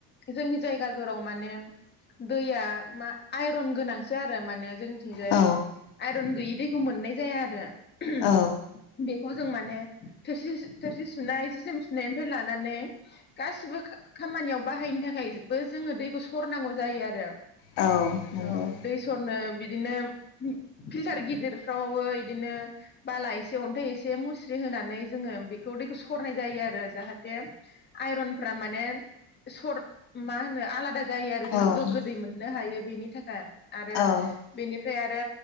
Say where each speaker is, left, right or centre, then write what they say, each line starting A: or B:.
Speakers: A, on the left; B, on the left.
A: जोंनि जायगाजराव माने। दैया मा आइरन गोनांसो आरो माने जोंनिथिंजाय
B: औ
A: आयरन गैयि दैखौ मोननाय जाया आरो। <inaudible>
B: औ
A: बेखौ जों माने थोरसि थ सुनाय जि जोम सुनायनिफ्राय लानानै गासिबो खामानियाव बाहायनो थाखायबो जोङो दैखौ सरनांगौ जायो आरो।
B: औ नंगौ
A: औ दै सरनो बिदि इदिनो होम फिल्टार गिदिरफ्रावबो इदिनो बाला एसे अन्थाइ एसे मुस्रि होनानै जोङो बि बेखौ दैखौ सरनाय जायो आरो जाहाथे आइरनफ्रा माने सर मा होनो आलादा जायो आरो
B: औ
A: जों
B: औ
A: गोग्गो दै मोननो हायो बेनि थाखाय
B: औ
A: आरो बेनि ओमफ्राय आरो